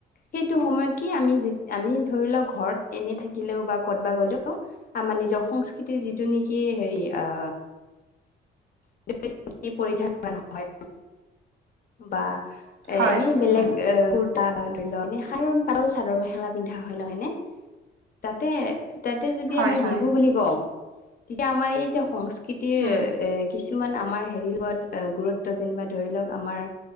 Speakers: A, on the left; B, on the right.
A: সেইটো সময়ত কি আমি যি আমি ধৰি লওক ঘৰত এনে থাকিলেও বা ক'তবা গ'লেও আমাৰ নিজৰ সংস্কৃতিৰ যিটো নেকি হেৰি আ' <unintelligible> পিৰধান অৰা হয়। বা এ
B: হয়
A: এনেই বেলেগ
B: উম
A: এ তা ধুলনি সাঅন পাতৰ চাদৰ মেহেলা পিন্ধা হয় নহয়নে তাতে তাতে যদি
B: হয়
A: আমি
B: হয়
A: বিহু বুলি কওঁ তেতিয়া আমাৰ এই তিয়া সংস্কৃতিৰ
B: উম
A: এ কিছুমান আমাৰ হেৰিৰ লগত এ গুৰুত্ব ত যেনিবা ধৰি লওক আমাৰ